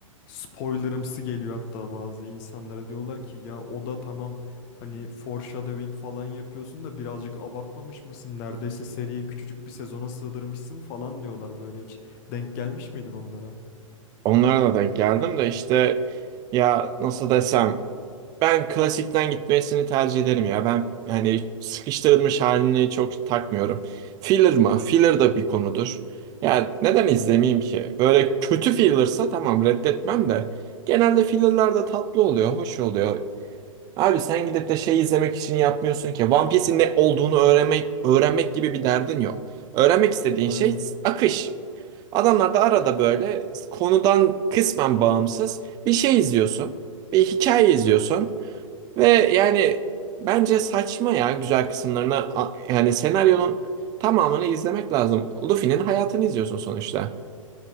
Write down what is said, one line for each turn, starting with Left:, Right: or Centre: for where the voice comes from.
Left: Spoilerımsı geliyor hatta bazı insanlara diyorlar ki ya o da tamam hani foreshadowing falan yapıyorsun da birazcık abartmamış mısın? Neredeyse seriyi küçücük bir sezona sığdırmışsın falan diyorlar böyle hiç. Denk gelmiş miydin onlara?
Right: Onlara da denk geldim de işte ya nasıl desem Ben klasikten gitmesini tercih ederim ya. Ben hani sıkıştırılmış halini çok takmıyorum. Filler mı? Filler da bir konudur. Yani neden izlemeyeyim ki? Böyle kötü fillersa tamam reddetmem de. Genelde fillerler de tatlı oluyor, hoş oluyor. Abi sen gidip de şey izlemek için yapmıyorsun ki. One Piece'in ne olduğunu öğrenmek, öğrenmek gibi bir derdin yok. Öğrenmek istediğin
Left: Aynen.
Right: şey akış. Adamlar da arada böyle konudan kısmen bağımsız bir şey izliyorsun. Bir hikaye izliyorsun. Ve yani bence saçma ya güzel kısımlarını a- yani senaryonun tamamını izlemek lazım. Luffy'nin hayatını izliyorsun sonuçta.